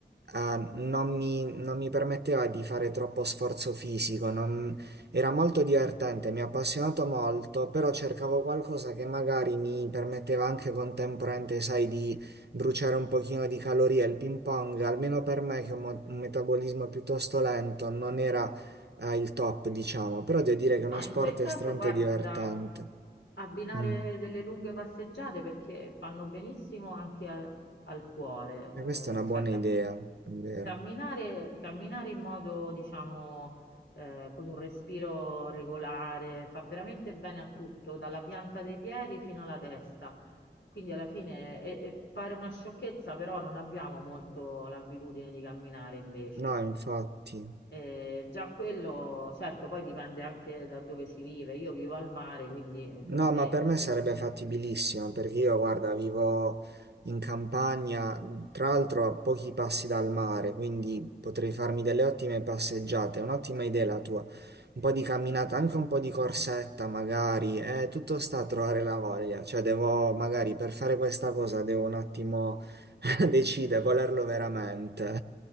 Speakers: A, on the right; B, on the left.
A: eh, non mi, non mi permetteva di fare troppo sforzo fisico, non, era molto divertente, mi ha appassionato molto, però cercavo qualcosa che magari mi permetteva anche contemporaneamente, sai, di bruciare un pochino di calorie. Il ping pong, almeno per me che ho un mo- un metabolismo piuttosto lento, non era, eh, il top, diciamo, però devo dire che è
B: Ma
A: uno sport
B: in quel caso,
A: estremamente
B: guarda,
A: divertente.
B: abbinare
A: Mm.
B: delle lunghe passeggiate perché fanno benissimo anche a- al cuore,
A: E
B: eh,
A: questa è una buona
B: cioè cammi-
A: idea, è vero.
B: Camminare, camminare in modo, diciamo, eh, con un respiro regolare fa veramente bene a tutto, dalla pianta dei piedi fino alla testa. Quindi alla fine e- e pare una sciocchezza, però non abbiamo molto l'abitudine di camminare invece.
A: No, infatti.
B: Eh, già quello, certo, poi dipende anche da dove si vive. Io vivo al mare, quindi
A: No,
B: per me
A: ma per
B: fare
A: me sarebbe fattibilissimo perché io, guarda, vivo in campagna, tra l'altro a pochi passi dal mare, quindi potrei farmi delle ottime passeggiate. È un'ottima idea la tua. Un po' di camminata, anche un po' di corsetta magari. Eh, tutto sta a trovare la voglia. Cioè, devo magari per fare questa cosa devo un attimo <laughs> decidere, volerlo veramente.